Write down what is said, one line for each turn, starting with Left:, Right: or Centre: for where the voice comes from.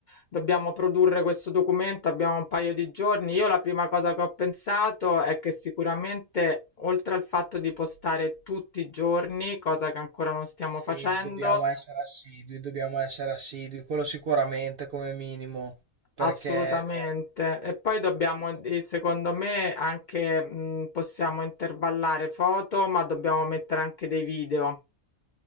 Left: dobbiamo produrre questo documento, abbiamo un paio di giorni. Io la prima cosa che ho pensato è che sicuramente, oltre al fatto di postare tutti i giorni, cosa che ancora non stiamo
Right: sì,
Left: facendo,
Right: dobbiamo essere assidui, dobbiamo essere assidui, quello sicuramente come minimo, perché
Left: Assolutamente. E poi dobbiamo,
Right: eh,
Left: eh, secondo me, anche mh, possiamo intervallare foto, ma dobbiamo mettere anche dei video.